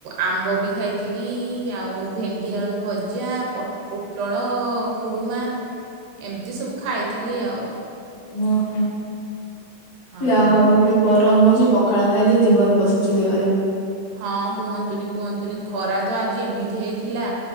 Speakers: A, on the right; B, on the left.
A: ଆମ୍ବ ବି ଖାଇଥିଲି ଆଉ ଭେଣ୍ଡି ଆଳୁ ଭଜା ପ ପୋଟଳ ଖୁଡ଼ୁମା ଏମିତି ସବୁ ଖାଇଥିଲି ଆଉ।
B: ହୁଁ ହୁଁ
A: ହଁ
B: ଯାହୋଉ ଏଇ ଯୋଉ ଗରମ ହଉଛି ପଖାଳ ଖାଇଲେ ଜୀବନ ପଶୁଛି ଦେହରେ।
A: ହଁ କୁହନ୍ତୁନି କୁହନ୍ତୁନି ଖରା ତ ଆଜି ଏମିତି ହେଇଥିଲା